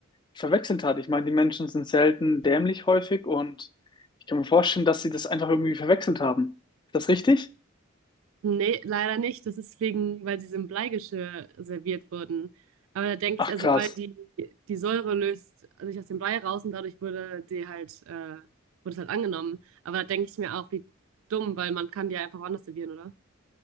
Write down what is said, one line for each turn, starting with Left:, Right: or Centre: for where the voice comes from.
Left: verwechselt hat. Ich meine, die Menschen sind selten dämlich häufig und ich kann mir vorstellen, dass sie das einfach irgendwie verwechselt haben. Ist das richtig?
Right: Nee, leider nicht. Das ist wegen, weil sie so im Bleigeschirr serviert wurden. Aber da denke
Left: Ach,
Right: ich, also
Left: krass.
Right: weil die, die Säure löst sich aus dem Blei raus und dadurch wurde die halt, äh, wurde es halt angenommen. Aber da denke ich mir auch, wie dumm, weil man kann die ja einfach woanders servieren, oder?